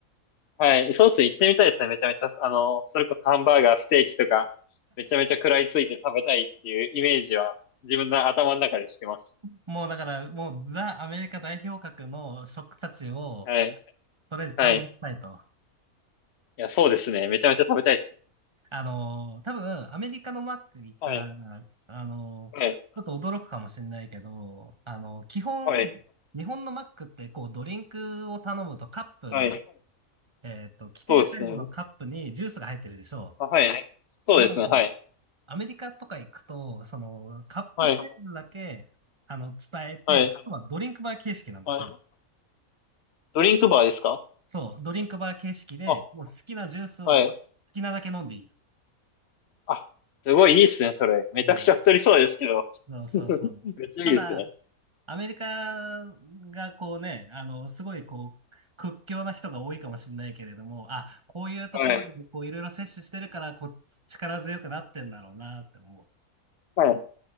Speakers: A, on the left; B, on the right.
A: はい。ソース行ってみたいですね。めちゃめちゃ、あの、それこそハンバーガー、ステーキとか、めちゃめちゃ食らいついて食べたいっていうイメージは、自分の頭の中でしてます。
B: もうだから、もうザ・アメリカ代表格の食たちを、
A: はい。
B: とりあえず堪能したいと。
A: はい。いや、そうですね。めちゃめちゃ食べたいです。
B: あのー、多分、アメリカのマック行ったら、
A: はい。
B: あのー、
A: はい。
B: ちょっと驚くかもしれないけど、あのー、基本、
A: はい。
B: 日本のマックってこうドリンクを頼むとカップ
A: はい。
B: えっと、規定サイズのカップにジュースが入ってるでしょ
A: そうですね。あ、はい。そうですね。
B: う。でも、
A: はい。
B: アメリカとか行くと、その、カップサイズだけ、
A: はい。
B: あの、伝えて、
A: はい。
B: あとはドリンクバー形式なんですよ。
A: はい。ドリンクバーですか
B: そう、ドリンクバー形式で、
A: あ、
B: もう好きなジュースを好きなだけ飲んでいい。
A: はい。あ、すごいいいっすね、それ。めちゃくちゃ太りそうですけど。
B: うん。そうそうそう。
A: <laughs> めっちゃいいですね。
B: ただ、アメリカがこうね、あの、すごいこう、屈強な人が多いかもしれないけれども、あ、こういうところでこういろいろ摂取してるから、
A: はい。
B: こう、力強くなってんだろうなって思う。
A: はい。